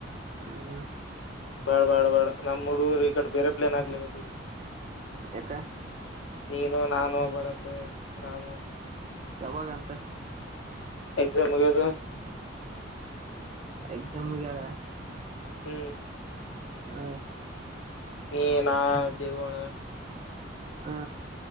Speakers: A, on the right; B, on the left.
A: ಹ್ಮ
B: ಬಾಳ್ ಬಾಳ್ ಬಾಳ ನಮ್ ಹುಡುಗರು ಈ ಕಡೆ ಬೇರೆ ಪ್ಲೇನ್ ಆಗ್ಲಿಕ್ಕ
A: ಎಕ್ಕ
B: ನೀನು ನಾನು ಬರತ್ತ ರಾಮು
A: ಯಾವಾಗಂತ
B: ಎಕ್ಸಾಮ್ ಹಗೆದು
A: ಎಗ್ಜಾಮ ಮುಗೆಾಗ
B: ಹ್ಮ್
A: ಹ್ಮ
B: ನೀ ನಾ ದೇವಣ
A: ಹಾ